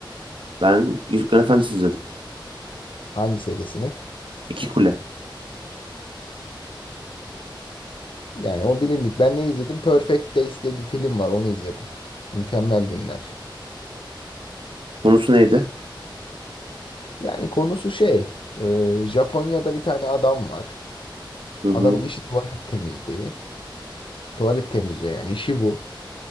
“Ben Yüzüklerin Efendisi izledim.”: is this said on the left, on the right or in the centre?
Right